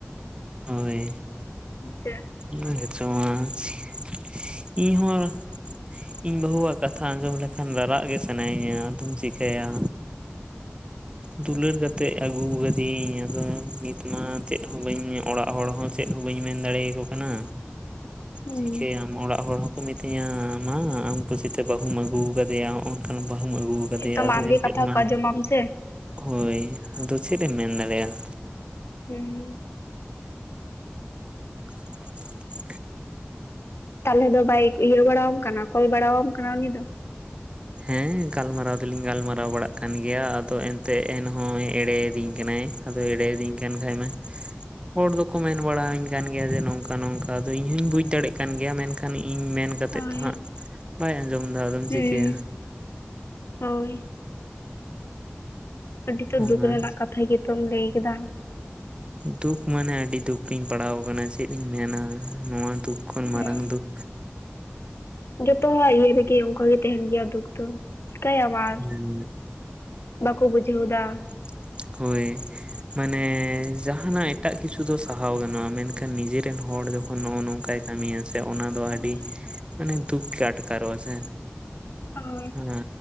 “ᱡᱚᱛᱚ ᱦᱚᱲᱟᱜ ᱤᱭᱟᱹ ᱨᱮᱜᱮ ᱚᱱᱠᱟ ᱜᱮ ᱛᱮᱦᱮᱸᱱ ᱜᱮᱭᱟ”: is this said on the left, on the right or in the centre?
Left